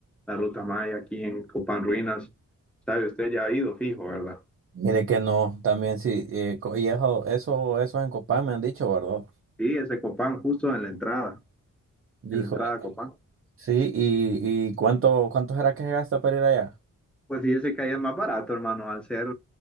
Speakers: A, in the centre; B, on the right (about 45°).
A: La Ruta Maya aquí en Copán Ruinas, sabe, usted ya ha ido fijo, ¿verdad?
B: Mire que no, también sí, eh, co- y eso, eso, eso en Copán me han dicho, ¿verdad?
A: Sí, ese Copán justo en la entrada,
B: Hijo,
A: en la entrada a Copán.
B: sí, y, y cuánto, cuánto será que se gasta para ir allá?
A: Pues fíjese que ahí es más barato, hermano, al ser,